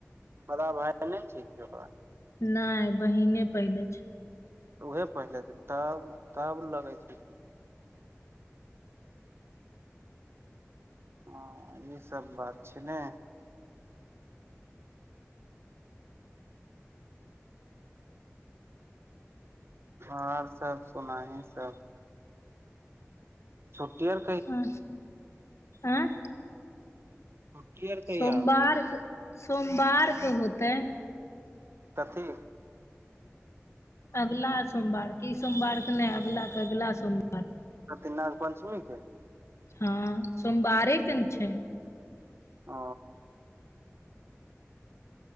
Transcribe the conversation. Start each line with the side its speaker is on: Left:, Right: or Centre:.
Right: बड़ा भााय नहि छै कि ओकरा
Left: नहि बहिने पहिले छै।
Right: उहे पहिले जेतौ तब लगै छै। ह ई सब बात छै ने। आ <unintelligible> सब सुनाही सब। छुटी एल
Left: अचछा आँ।
Right: छुट्टी आर कहिया
Left: सोमवार
Right: होतै?
Left: सोमवारके होते
Right: कथी
Left: अगिला सोमवार के ई सोमवार के नहि अगला के अगला सोमवार।
Right: कथी नाग पंचमी के
Left: हँ सोमवारेके ने छै।
Right: ओ